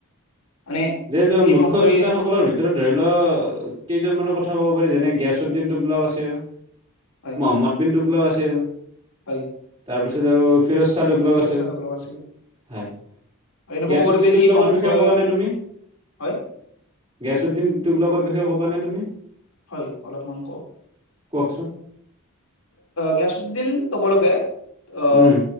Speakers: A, on the left; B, on the right.
A: মানে
B: যিহেতু
A: এই
B: মুখ্য
A: বংশই
B: চুলতানসকলৰ ভিত ধৰি লওঁক কেইজনমানৰ কথা ক'ব পাৰি, যেনে গিয়াচুদ্দিন টোগলাওঁ আছে।
A: হয়
B: মহম্মদ বিন টুগলাওঁ আছিল।
A: হয়।
B: তাৰপিছত আৰু ফিৰচ্বা টোগলাও
A: ফিৰোজ
B: আছিল।
A: শ্বাহ টোকলক আছিল
B: হয়।
A: আৰু এনেকুৱা
B: গিয়াচুদ্দিন
A: ক'ব পাৰি যে
B: টোগলাকৰ
A: এই বংশই
B: বিষয়ে ক'বা নে তুমি?
A: হয়।
B: গিয়াচুদ্দিন টোগলাকৰ বিষয়ে কবানে তুমি?
A: হয়, অলপমান কওঁক।
B: কওঁকচোন।
A: গিয়াচুদ্দিন তকলকে আ
B: উম